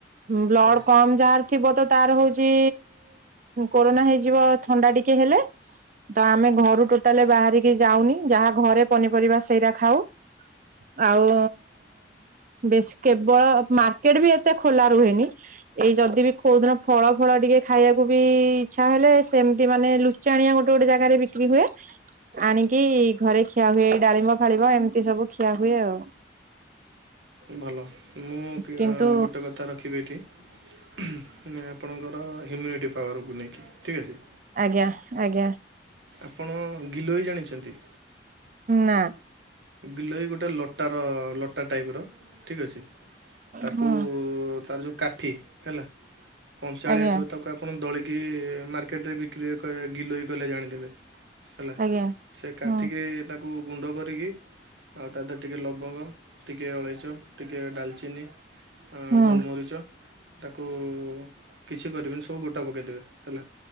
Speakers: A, on the right; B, on the right.
A: ବ୍ଲଡ଼
B: ଆଜ୍ଞା।
A: କମ ଯାହାର ଥିବ ତ ତାର ହଉଛି କୋରୋନା ହେଇଯିବ। ଥଣ୍ଡା ଟିକେ ହେଲେ। ତ ଆମେ ଘରୁ ଟୋଟାଲି ବାହାରିକି ଯାଉନି ଯାହା ଘରେ ପନିପରିବା ସେଇଟା ଖାଉ। ଆଉ ବେଶୀ କେବଳ ମାର୍କେଟ ବି ଏତେ ଖୋଲା ରୁହେନି। ଏଇ ଯଦି ବି କୋଉଦିନ ଫଳ ଫଳ ଟିକେ ଖାଇବାକୁ ବି ଇଚ୍ଛା ହେଲେ ସେମତି ମାନେ ଲୁଚ ଚାଣିଆ ଗୋଟେ ଗୋଟେ ଜାଗାରେ ବିକ୍ରି ହୁଏ। ଆଣିକି ଘରେ ଖିଆ ହୁଏ ଏଇ ଡାଳିମ୍ବ ଫାଳିମ୍ବ ଏମିତି ସବୁ ଖିଆ ହୁଏ ଆଉ।
B: ଭଲ ମୁଁ ଗୋଟେ
A: କିନ୍ତୁ
B: କଥା କଥା ରଖିବି ଏଠି ଆପଣଙ୍କର ହ୍ୟୁମିନିଟି ପାୱାରକୁ ନେଇକି ଠିକ୍ ଅଛି।
A: ଆଜ୍ଞା ଆଜ୍ଞା।
B: ଆପଣ ଗିଲୋଇ ଜାଣିଛନ୍ତି।
A: ନା।
B: ଗିଲୋଇ ଗୋଟେ ଲଟାର ଲଟା ଟାଇପର ଠିକ୍ ଅଛି। ତାକୁ
A: ହୁଁ
B: ତାର ଯୋଉ କାଠି ହେଲା କଞ୍ଚାଳିଆ
A: ଆଜ୍ଞା
B: ଥିବ ତାକୁ ଆପଣ ଦଳିକି ମାର୍କେଟରେ ବିକ୍ରି ଗିଲୋଇ କହିଲେ ଜାଣିଦେବେ। ହେଲା
A: ଆଜ୍ଞା
B: ସେ କାଠିକି
A: ହୁଁ
B: ତାକୁ ଗୁଣ୍ଡ କରିକି ଆଉ ତା ଦେହରେ ଟିକିଏ ଲବଙ୍ଗ ଟିକିଏ ଅଳେଇଚ ଟିକେ ଡାଲଚିନି
A: ହୁଁ।
B: ଗୋଲମରିଚ ତାକୁ କିଛି କରିବେନି ସବୁ ଗୋଟା ପକେଇଦେବେ ହେଲା।